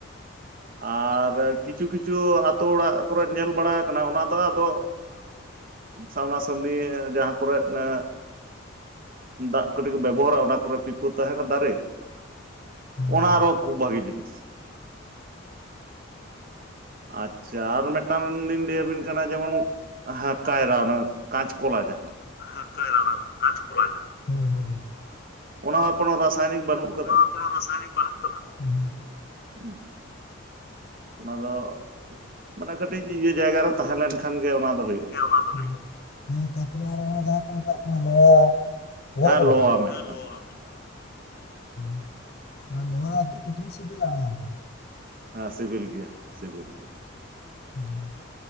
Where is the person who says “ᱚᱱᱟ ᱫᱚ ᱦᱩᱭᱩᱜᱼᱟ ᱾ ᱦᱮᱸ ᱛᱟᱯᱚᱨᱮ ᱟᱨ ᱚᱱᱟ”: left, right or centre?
Left